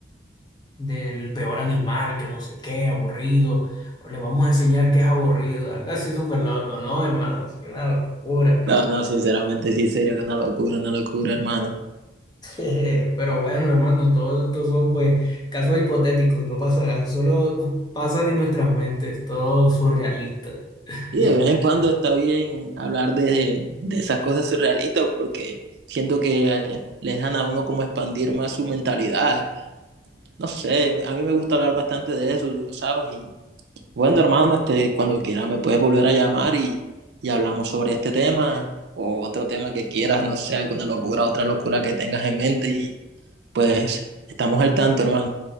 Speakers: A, on the left (about 20°); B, on the right (about 60°).
A: del peor animal, que no sé qué, aburrido, le vamos a enseñar que es aburrido, algo así súper loco, ¿no, hermano? Es una locura.
B: No, no, sinceramente sí sería una locura, una locura, hermano.
A: <laughs> Jeje, Pero bueno, hermano, todos estos son pues casos hipotéticos, no pasarán, solo pasan en nuestras mentes, todo surrealista
B: Y
A: y
B: de
A: exagerado.
B: vez en cuando está bien hablar de, de esas cosas surrealistas porque siento que eh, le dejan a uno como expandir más su mentalidad. No sé, a mí me gusta hablar bastante de eso, tú lo sabes. Y bueno, hermano, este, cuando quiera me puedes volver a llamar y, y hablamos sobre este tema o otro tema que quieras, no sé, alguna locura, otra locura que tengas en mente y pues estamos al tanto, hermano.